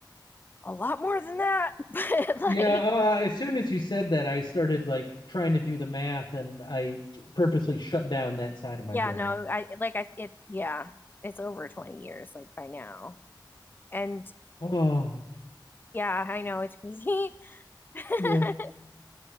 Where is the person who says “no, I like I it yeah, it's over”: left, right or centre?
Left